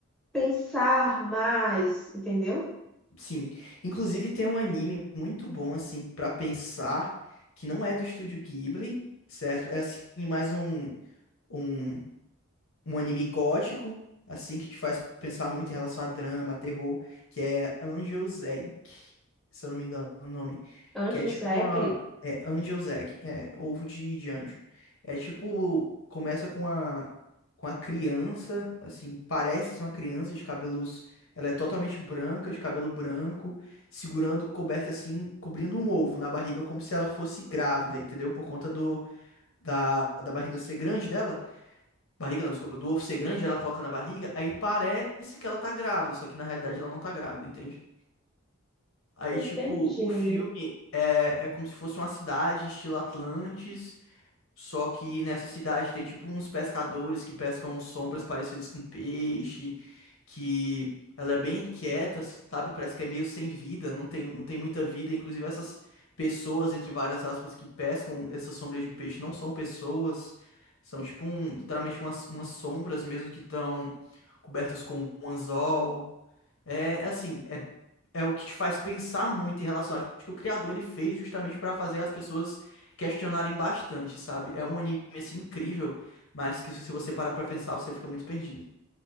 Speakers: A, in the centre; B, on the left.
A: pensar mais, entendeu?
B: Sim. Inclusive tem um anime muito bom, assim, pra pensar, que não é do Estúdio Ghibli, certo? É, assim, mais um, um um anime gótico, assim, que te faz pensar muito em relação a drama, terror, que é Angel's Egg, se eu não me engano o nome,
A: Anjo
B: que é tipo
A: Zack,
B: uma... É Angel's Egg, é ovo de, de anjo. É tipo, começa com a, com a criança, assim, parece ser uma criança de cabelos... Ela é totalmente branca, de cabelo branco, segurando, coberta assim, cobrindo um ovo na barriga, como se ela fosse grávida, entendeu? Por conta do, da, da barriga ser grande dela. Barriga não, desculpa. Do ovo ser grande, ela coloca na barriga, aí parece que ela tá grávida, só que na realidade ela não tá grávida, entende? Aí,
A: entendi.
B: tipo, o filme é, é como se fosse uma cidade, estilo Atlantis, só que nessa cidade tem tipo uns pescadores que pescam sombras parecidas com peixe, que ela é bem inquieta, sabe? Parece que é meio sem vida, não tem, não tem muita vida. Inclusive, essas pessoas, entre várias aspas, que pescam essas sombras de peixe não são pessoas, são tipo um, literalmente umas, umas sombras mesmo que estão cobertas com um anzol. É assim, é, é o que te faz pensar muito em relação. Acho que o criador ele fez justamente pra fazer as pessoas questionarem bastante, sabe? É um anime assim incrível, mas que se você parar pra pensar, você fica muito perdido.